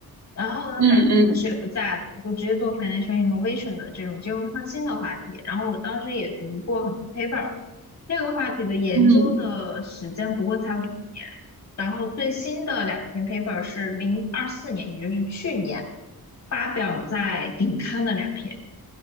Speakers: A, on the left; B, on the right.
A: 然后呢，
B: 嗯嗯
A: 反正我老师也不在了，我就直接做 financial innovation 的这种金融创新的话题。然后我当时也读过很多 paper，这个话题的研究的时间不过才五年。
B: 嗯
A: 然后最新的两篇 paper 是零二四年，也就是去年发表在顶刊的两篇。